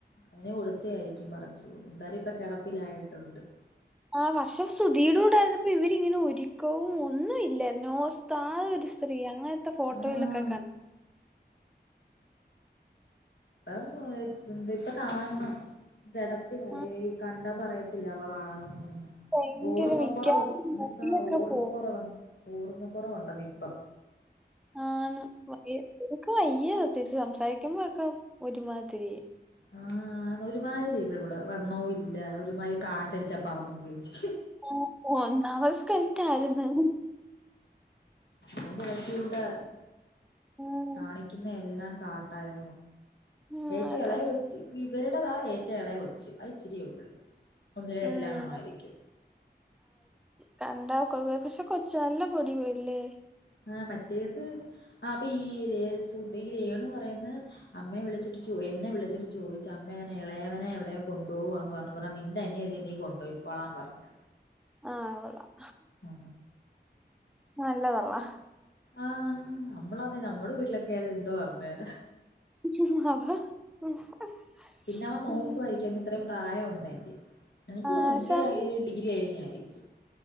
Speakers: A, on the left; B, in the centre.
A: അതിനെ കൊടുത്തയായിരിക്കും പടച്ചൂ എന്താലും ഇപ്പൊ കിടപ്പിലായിട്ടുണ്ട്
B: ആഹ് പക്ഷെ സുധീടെ കൂടായിരുന്നപ്പോ ഇവരിങ്ങനെ ഒരിക്കവും ഒന്നും ഇല്ല നോസ്താ ഒരു സ്ത്രീ അങ്ങനെ ത്തെ ഫോട്ടോയിലൊക്കെ
A: ആഹ്
B: കണ്ട
A: ഇപ്പം എ ന്ത ഇപ്പ കാണണം കടപ്പില
B: ആഹ്
A: ഏയ് കണ്ട പറയത്തില്ല അവളാനന്നാ
B: ഭയങ്കര
A: ഓർമ്മക്കുറവും
B: മിക്കവാറും
A: എന്നന്ന്ച്ചാ
B: മുടിയൊക്കെ
A: ഓർമ്മക്കുറവ
B: പോകും
A: വന്ന ഓർമ്മ കുറവുണ്ടെന്ന് ഇപ്പം
B: ആണ് വ എ എനിക്ക് വയ്യ സത്യത്തി സംസാരിക്കുമ്പോയൊക്കെ ഒരുമാതിരി
A: ആ ഒരുമാതിരി ഇവിടെ വണ്ണവും ഇല്ല ഒരുമാതിരി കാറ്റടിച്ചാ പറന്നു പോവൂകയും ചെയ്യും
B: ഒ ഒന്നാമത് സ്‌കൾറ്റായിരുന്നു
A: അയിന്റെ ഇടക്ക് ഇടെ
B: ഉം
A: കാണിക്കുന്ന എല്ലാം കാട്ടായ
B: ഉം,
A: ഏറ്റവും
B: അതാ.
A: എളയ കൊച്ചി ഇവരുടേതാ ഏറ്റവും എളയ കൊച്ച് അത ഇച്ചിരിയൊള്ളു ഒന്നില്
B: ഉം
A: രണ്ടിലാണായിരിക്കും
B: കണ്ട <unintelligible> നല്ല <unintelligible>
A: ആ മറ്റേത് ആ അപ്പ ഈ രെ സുദി ഈ രേണു പറയുന്ന അമ്മയെ വിളിച്ചിട്ട് ചോയി എന്നെ വിളിച്ചിട്ട് ചോദിച്ചു അമ്മേ ഇളയവനെ എവിടെ കൊണ്ടോവാന്ന് പറഞ്ഞപ്പറഞ്ഞ് നിന്റെ അനിയല്ലേ നീ കൊണ്ടോയിക്കോളാൻ പറഞ്ഞ്
B: ആ കൊള്ളാം
A: ആ
B: നല്ലതള്ളേ
A: ആ നമ്മളതെ നമ്മൾ വീട്ടിലൊക്കെ അത് എന്തോ പറഞ്ഞേനെ
B: <unintelligible>
A: പിന്നെ അവൻ നോക്കുവായിരിക്കും
B: ഉം
A: അവൻ ഇത്രയും പ്രായം ഉണ്ടെങ്കിൽ എനിക്ക്
B: ആഹ്
A: തോന്ന എനക്ക്
B: പക്ഷെ അവൻ,
A: ഡിഗ്രി ന്നായിരിക്കും